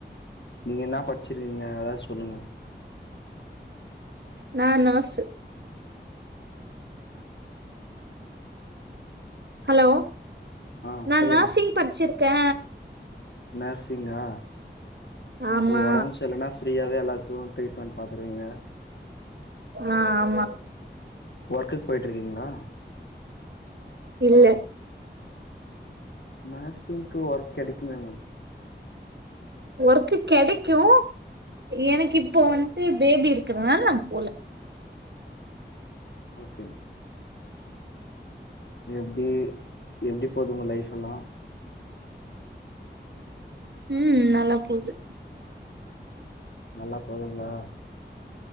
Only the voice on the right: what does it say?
நா நர்ஸு ஹலோ
நா
நர்சிங் படிச்சிருக்கே
ஆமா
ஆ ஆமா
இல்ல
ஒர்க்கு கெடைக்கூ எனக்கு இப்போ வந்ட்டு பேபி இருக்குறனால நா போல
உம் நல்லா போது